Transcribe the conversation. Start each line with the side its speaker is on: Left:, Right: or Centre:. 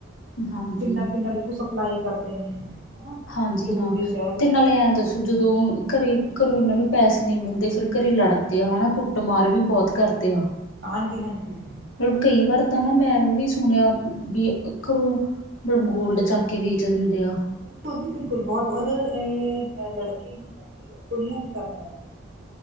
Left: ਹਾਂਜੀ
Right: ਕਿੰਨਾ-ਕਿੰਨਾ ਦੇਖੋ ਸਪਲਾਈ ਕਰਦੇ ਨੇ ਹਨਾ,
Left: ਹਾਂਜੀ
Right: ਇੱਕ-ਦੂਜੇ
Left: ਹਾਂ
Right: ਸ਼ਹਿਰ
Left: ਤੇ
Right: 'ਚ'
Left: ਨਾਲੇ
Right: ਜਾ
Left: ਐਂ
Right: ਕੇ।
Left: ਦੱਸੋ ਜਦੋਂ ਘਰੇ ਘਰੋਂ ਇਹਨਾਂ ਨੂੰ ਪੈਸੇ ਨੀ ਮਿਲਦੇ ਫਿਰ ਘਰੇ ਲੜਦੇ ਆ ਹਨਾ। ਕੁੱਟਮਾਰ ਵੀ ਬਹੁਤ ਕਰਦੇ। ਤੇ ਆ।
Right: ਹਾਂਜੀ-ਹਾਂਜੀ।
Left: ਮਤਲਬ ਕਈ ਵਾਰ ਤਾਂ ਨਾ ਮੈਂ ਵੀ ਸੁਣਿਆ ਵੀ। <unintelligible> ਮਤਲਬ ਗੋਲਡ ਚੱਕ ਕੇ ਵੇਚ ਦਿੰਦੇ ਆ।
Right: ਬਿਲਕੁਲ ਜੀ ਬਿਲਕੁਲ ਬਹੁਤ ਉਦੇ ਇਹ ਲੜਕੇ ਈ ਨੀ ਕਰਦੇ, ਕੁੜੀਆਂ ਵੀ ਕਰਨ ਲੱਗ ਪਈਆ।